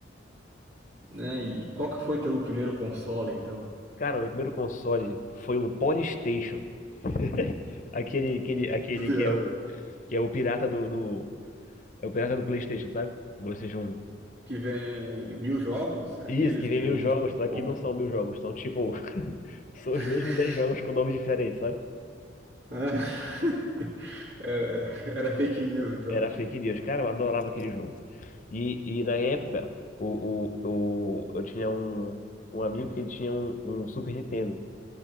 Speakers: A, on the right; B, on the left.
A: Né? E qual que foi teu primeiro console, então?
B: Cara, o meu primeiro console foi um Polystation. <laughs> Aquele, aquele, aquele
A: <laughs> Meu Deus.
B: que é o, que é o pirata do, do, é o pirata do PlayStation, sabe? Do PlayStation 1.
A: Que vem mil jogos, é
B: Isso,
A: aqueles
B: que
A: que
B: vem
A: vem,
B: mil jogos,
A: tipo,
B: só que
A: comp...
B: não são mil jogos, são tipo, <laughs> são
A: <laughs>
B: os mesmos 10 jogos com nomes diferentes, sabe?
A: Ah, <laughs> era, era fake news, então.
B: Era fake news. Cara, eu adorava aquele jogo. E, e na época, o, o, o, eu tinha um, um amigo que ele tinha um, um Super Nintendo.